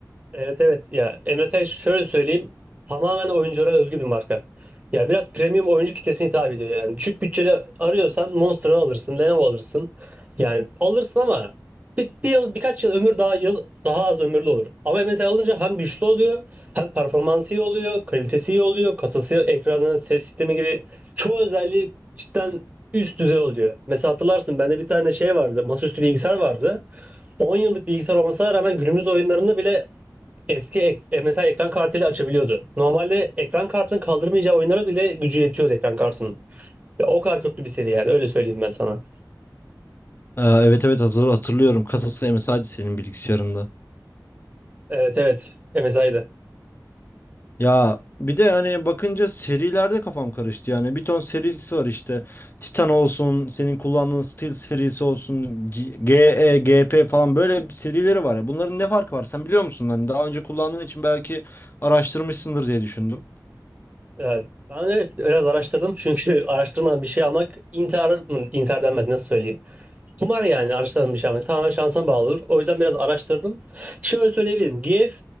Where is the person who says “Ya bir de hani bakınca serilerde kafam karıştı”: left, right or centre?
Left